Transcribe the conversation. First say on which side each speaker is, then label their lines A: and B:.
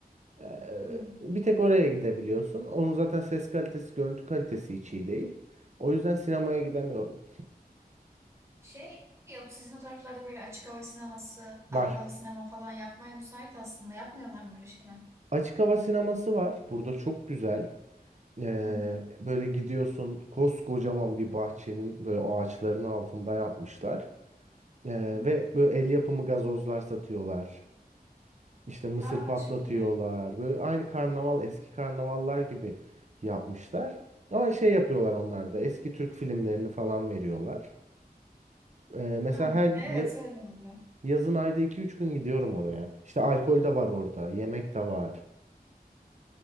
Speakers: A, on the right; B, on the right.
A: Ee,
B: Hmm.
A: bir tek oraya gidebiliyorsun. Onun zaten ses kalitesi, görüntü kalitesi hiç iyi değil. O yüzden sinemaya gidemiyorum.
B: Şey yok sizin o taraflarda böyle açık hava sineması,
A: Var.
B: arabalı sinema falan yapmaya müsait aslında. Yapmıyorlar mı öyle şeyler?
A: Açık hava sineması var. Burada çok güzel. Ee,
B: Hı hı.
A: böyle gidiyorsun koskocaman bir bahçenin böyle ağaçların altında yapmışlar. Ee,
B: Hı.
A: ve böyle el yapımı gazozlar satıyorlar. İşte mısır
B: Aa
A: patlatıyorlar.
B: çok iyi.
A: Böyle aynı karnaval, eski karnavallar gibi yapmışlar. Ama şey yapıyorlar onlar da. Eski Türk filmlerini falan veriyorlar. Ee, mesela
B: Ha,
A: her
B: evet
A: ya-
B: öyle oluyor.
A: yazın ayda iki üç gün gidiyorum oraya. İşte alkol de var orada, yemek de var.